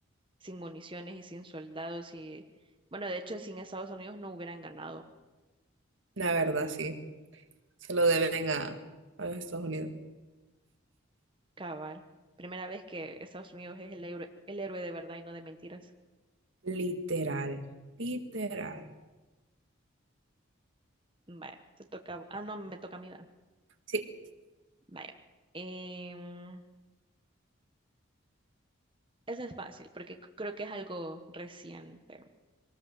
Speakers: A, on the right; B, on the right.
A: sin municiones y sin soldados y bueno, de hecho sin Estados Unidos no hubieran ganado,
B: La verdad, sí. Se lo deben a, a los Estados Unidos.
A: cabal. Primera vez que Estados Unidos es el, héroe- el héroe de verdad y no de mentiras.
B: Literal, literal.
A: Vaya, te toca, ah, no, me toca a mí, ¿verdad?
B: Sí.
A: Vaya. Em, esa es fácil porque c- creo que es algo reciente.